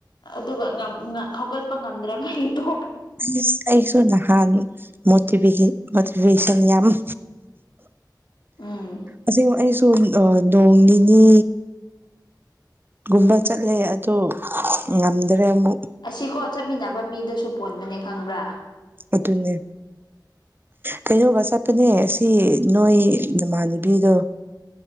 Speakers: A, on the left; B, on the right.
A: ꯑꯗꯨꯒꯉꯟꯅ ꯍꯧꯒꯠꯄ ꯉꯝꯗ꯭ꯔꯕꯒꯤ ꯇꯣ
B: ꯏꯁ ꯑꯩꯁꯨ ꯅꯍꯥꯥꯟ ꯃꯣꯠꯇꯤꯕꯦꯒꯤ ꯃꫭꯇꯤꯕꯦꯁꯟ ꯌꯥꯝꯏ꯫
A: ꯎꯝ
B: ꯑꯁꯦꯡꯕ ꯑꯩꯁꯨ ꯑ ꯅꯣꯡ ꯅꯤꯅꯤ ꯒꯨꯝꯕ ꯆꯠꯂꯦ ꯑꯗꯨ ꯉꯝꯗ꯭ꯔꯦ ꯑꯃꯨꯛ꯫
A: ꯑꯁꯤꯀꯣ ꯆꯠꯃꯤꯟꯅꯕ ꯃꯤꯗꯁꯨ ꯄꯣꯟꯕꯅꯦ ꯈꯪꯕ꯭ꯔꯥ꯫
B: ꯑꯗꯨꯅꯦ꯫ ꯀꯩꯅꯣꯒ ꯆꯠꯄꯅꯦ ꯑꯁꯤ ꯅꯣꯏ ꯅꯃꯥꯟꯅꯕꯤꯗꯣ꯫